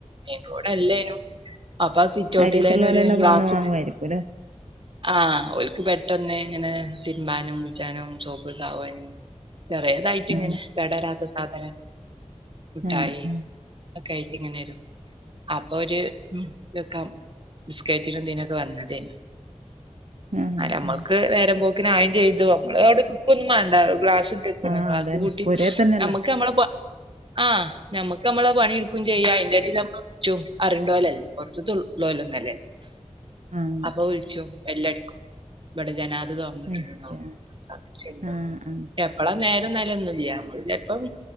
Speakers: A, on the right; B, on the right.
A: ഇവിടല്ലേനു അപ്പൊ സിറ്റൗട്ടിലേന്നെ
B: അരിയത്തുള്ളോലെല്ലാം
A: ഒരു ഗ്ലാസ്
B: വന്ന് വാങ്ങുവായിരിക്കുംല്ലേ
A: ആഹ് ഓൽക്ക് പെട്ടെന്ന് ഇങ്ങനെ തിര്മ്പാനും കുൾച്ചാനും സോപ്പ് സാവൂന് ചെറ്യേതായിട്ട്
B: ഉം
A: ഇങ്ങനെ കടരാത്ത സാധന മുഠായി
B: ആഹ് ഉം
A: ഒക്കായിട്ട്ഇങ്ങനെരും അപ്പൊ ഒരു <unintelligible> ബിസ്കേറ്റിനും ഇതിനൊക്കെ വന്നതേഞ്
B: ആഹ്
A: അഹ് നമ്മക്ക്
B: ആഹ്
A: നേരം പോക്കിന് ആയിം ചെയ്തു അമ്മള് അവിടെക്കൊന്നും വേണ്ട ഗ്ലാസ്ട്ട <unintelligible>
B: ആഹ്
A: ക്ലാസ്സ്
B: അതന്നെ
A: കൂട്ടി
B: പൊരേ തന്നെല്ലേ
A: നമ്മക്ക് നമ്മളെ പ ആഹ് നമുക്ക് നമ്മള പണിെടുക്കും ചെയ്യാ അയ്ന്റെടെൽ നമ്മളെ വ്ൾച്ചും അറിണ്ടോലല്ലേ പുറത്തള്ളല്ല ഒന്നല്ലേ
B: ആഹ്
A: അപ്പൊ വിളിച്ചു എല്ലടക്കും ഇവിടെ ജനാത തുറന്നിട്ടിട്ടുണ്ടോ
B: അത് ശരിയാ
A: എപ്പോ
B: ആഹ് ആഹ്
A: അപ്പളാ നേരം നിലൊന്നും ഇല്ല നമ്മള് ചെപ്പം